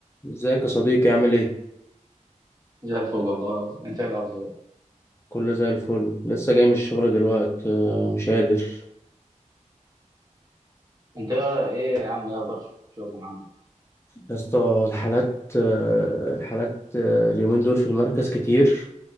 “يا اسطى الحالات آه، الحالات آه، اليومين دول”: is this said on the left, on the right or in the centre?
Left